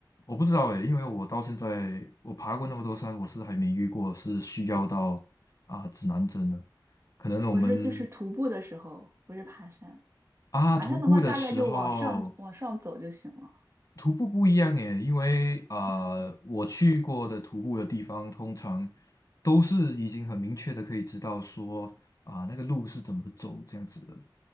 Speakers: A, on the left; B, on the right.
A: 我不知道诶，因为我到现在我爬过那么多山，我是还没遇过是需要到啊指南针的。可能我们
B: 我说就是徒步的时候，不是爬山。
A: 啊徒步的时候。
B: 爬山的话，大概就往上往上走就行了。
A: 徒步不一样耶，因为啊，
B: 嗯
A: 我去过的徒步的地方，通常都是已经很明确的可以知道说啊、那个路是怎么走这样子的。